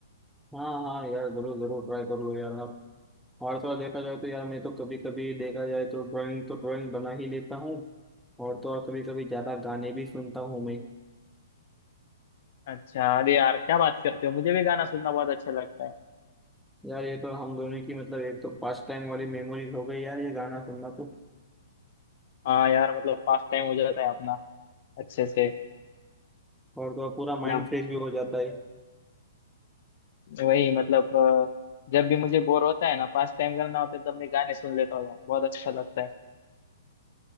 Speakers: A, in the centre; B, on the left.
A: हाँ हाँ यार जरूर जरूर ट्राई कर लो यार आप और तो और देखा जाए तो यार मैं तो कभी कभी देखा जाए तो ड्राइंग तो ड्राइंग बना ही लेता हूँ और तो और कभी कभी ज्यादा गाने भी सुनता हूँ मैं
B: अच्छा अरे यार क्या बात करते हो मुझे भी गाना सुनना बहुत अच्छा लगता है
A: यार ये तो हम दोनों की मतलब एक तो पास्ट टाइम वाली मेमोरीज हो गई यार ये गाना सुनना तो
B: हाँ यार मतलब पास टाइम हो जाता है अपना अच्छे से
A: और तो और पूरा माइंड
B: मतलब
A: फ्रेश भी हो जाता है
B: वही मतलब अ, जब भी मुझे बोर होता है ना पास टाइम करना होता है तब मैं गाने सुन लेता हूँ यार बहुत अच्छा लगता है